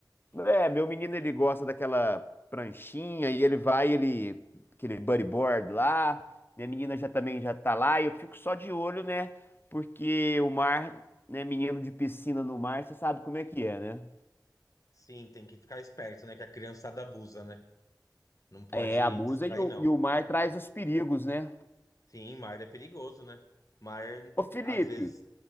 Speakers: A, on the left; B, on the left.
A: É, meu menino ele gosta daquela pranchinha e ele vai, ele, aquele bodyboard lá. Minha menina já também já tá lá e eu fico só de olho, né? Porque o mar, né, menino de piscina no mar, você sabe como é que é, né?
B: Sim, tem que ficar esperto, né? Que a criançada abusa, né? Não pode
A: É, abusa
B: distrair,
A: e o,
B: não.
A: e o mar traz os perigos, né?
B: Sim, mar é perigoso, né? Mar,
A: Ô Felipe,
B: às vezes,